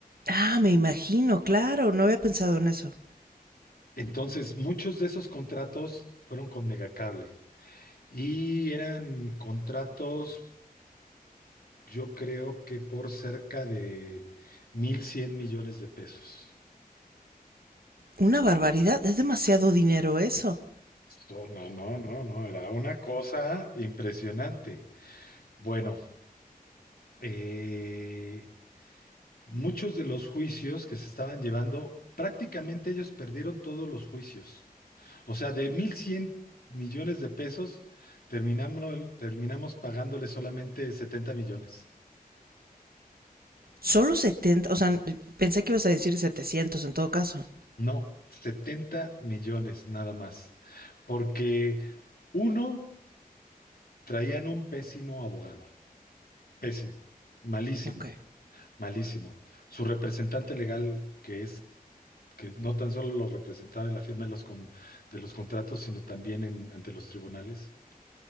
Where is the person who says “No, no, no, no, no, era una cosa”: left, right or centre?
Left